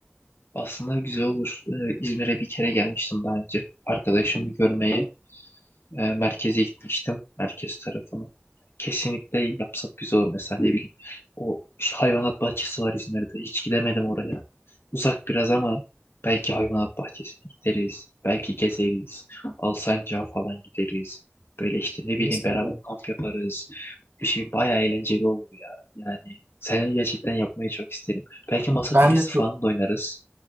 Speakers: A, on the left; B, on the right.
A: Aslında güzel olur. Ee, İzmir'e bir kere gelmiştim daha önce. Arkadaşımı görmeye. e, merkeze gitmiştim. Merkez tarafına. Kesinlikle yapsak güzel olur mesela ne bileyim. O şu hayvanat bahçesi var İzmir'de. Hiç gidemedim oraya. Uzak biraz ama belki hayvanat bahçesine gideriz. Belki gezeriz. Alsancak'a falan gideriz. Böyle işte ne bileyim
B: Mis
A: beraber
B: gibi.
A: kamp yaparız. Bir şey bayağı eğlenceli olur ya. Yani seni gerçekten yapmayı çok isterim. Belki
B: Ben
A: masa tenisi
B: de
A: falan
B: çok.
A: da oynarız.